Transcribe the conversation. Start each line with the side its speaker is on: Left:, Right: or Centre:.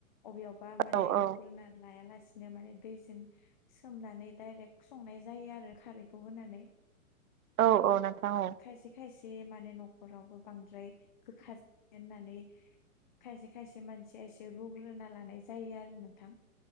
Left: अबेयावबा माने
Right: औ औ
Left: रुग्रोना लायालासे बिदिनो माने दैजों सोमनानै डायरेक्ट संनाय जायो आरो खारैखौ होनानै
Right: औ
Left: खिनथु
Right: औ नोंथां औ
Left: खायसे खायसे ए माने न'खरावबो बांद्राय गोखा जाया होननानै खायसे खायसे मानसिया एसे रुगोना लानाय जायो आरो नोंथां।